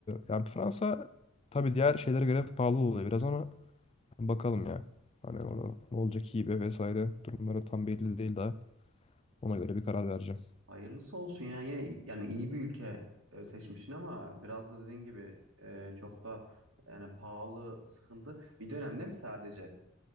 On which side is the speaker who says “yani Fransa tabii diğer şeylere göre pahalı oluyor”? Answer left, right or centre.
Left